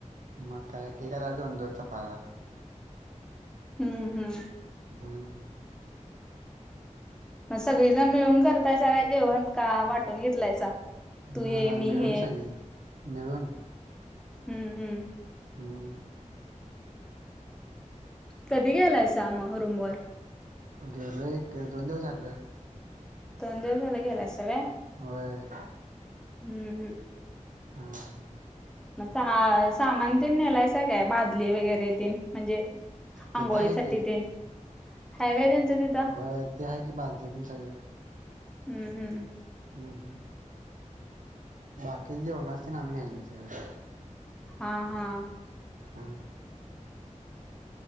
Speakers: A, on the right; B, in the centre.
A: मग काय एक एकाला दोन दोन चपात्या.
B: हम्म हम्म.
A: हम्म.
B: म सगळी जण मिळून करतायसा का जेवण का वाटून घेतलायसा?
A: नाय
B: तू हे
A: नाय
B: मी
A: मिळून
B: हे
A: सगळी मिळून.
B: हम्म हम्म.
A: हम्म
B: कधी गेलायसा मग रूम वर?
A: गेलोय एक दोन दिवस झालं.
B: दोन दिवस झालयं गेलायसा व्हय.
A: व्हय.
B: हूं.. हूं..
A: हा
B: मग सामान तेन नेलायसा काय भादली वगैरे तेन म्हणजे
A: तिथं
B: आंघोळीसाठी
A: आहे की
B: तेन हाय वय त्यांचं तिथं.
A: होय ते आहे की बालते ते सगळे
B: हूं.. हूं..
A: हुं.. हुं.. बाकीचं जेवणाचं तेन आम्हीं नेलयं सगळं.
B: हा.. हा..
A: हम्म